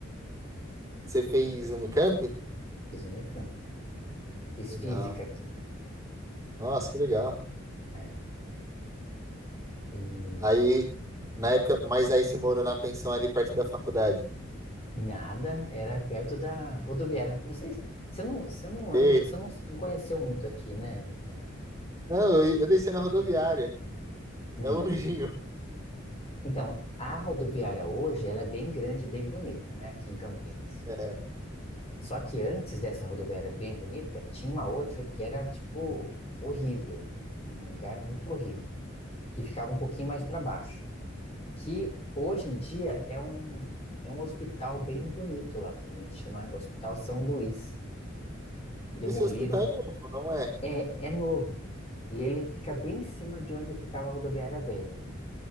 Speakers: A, on the right; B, on the left.
A: Você fez Unicamp?
B: Fiz um Unicamp. Fiz
A: Legal.
B: física aqui.
A: Nossa, que legal.
B: É. E
A: Aí, na época, mas aí você morou na pensão ali perto da faculdade?
B: nada, era perto da rodoviária. Não sei se você não, você não lembra,
A: Ei.
B: você não, não conheceu muito aqui, né? da-
A: Não, eu, eu desci na rodoviária.
B: Hum.
A: É longinho. <laughs>
B: Então, a rodoviária hoje, ela é bem grande, e bem bonita, né? Aqui em Campinas.
A: É.
B: Só que antes dessa rodoviária bem bonita, tinha uma outra que era, tipo, horrível. Um lugar muito horrível. Que ficava um pouquinho mais para baixo. Que hoje em dia é um, é um hospital bem bonito lá também. Chama Hospital São Luís. Demoliram.
A: Esse hospital é novo, não é?
B: É, é novo. E ele fica bem em cima de onde ficava a rodoviária velha.